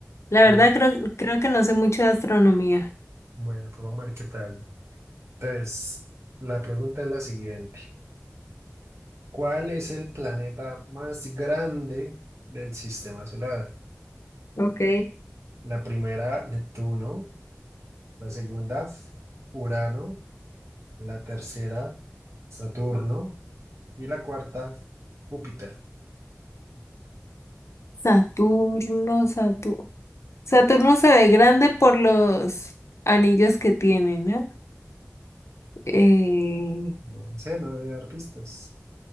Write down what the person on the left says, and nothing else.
La
verdad creo, creo que no sé mucho de astronomía.
Ok,
Saturno, Saturno. Saturno se ve grande por los anillos que tiene, ¿no? Eh,